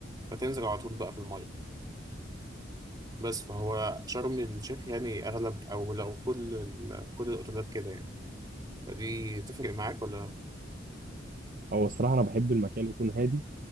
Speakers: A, on the right; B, on the right.
A: فتنزل على طول بقى في الميه بس فهو شرم الشيخ يعني اغلب او لو كل ال- كل الاوتيلات كده يعني فدي تفرق معاك ولا
B: هو الصراحه انا بحب المكان يكون هادي